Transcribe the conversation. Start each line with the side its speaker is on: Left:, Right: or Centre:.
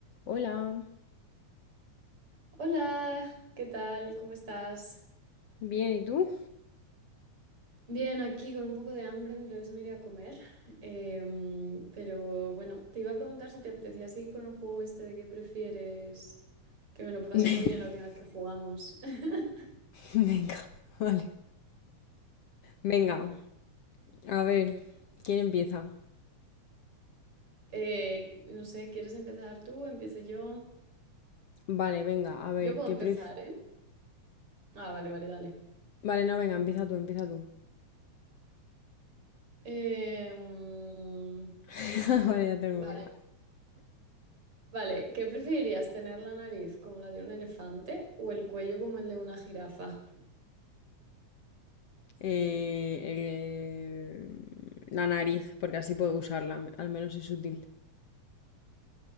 Left: Hola,
Right: Hola, ¿qué tal? ¿Cómo estás?
Left: bien, ¿y tú?
Right: Bien, aquí con un poco de hambre, en breves me iré a comer. Em, pero bueno, te iba a preguntar si te apetecía seguir con el juego este de qué prefieres, que me lo pasé
Left: <laughs>
Right: muy bien la última vez que jugamos. <laughs>
Left: Venga, vale. Venga, a ver, ¿quién empieza?
Right: Eh, no sé, ¿quieres empezar tú? ¿Empiezo yo?
Left: Vale, venga, a ver,
Right: Yo puedo
Left: ¿qué
Right: empezar,
Left: pref...
Right: ¿eh? Ah, vale, vale, dale.
Left: Vale, no, venga, empieza tú, empieza tú.
Right: Em,
Left: <laughs> Vale, ya tengo
Right: vale,
Left: una.
Right: vale. ¿Qué preferirías, tener la nariz como la de un elefante o el cuello como el de una jirafa?
Left: Eh, eh, la nariz, porque así puedo usarla, al menos es útil.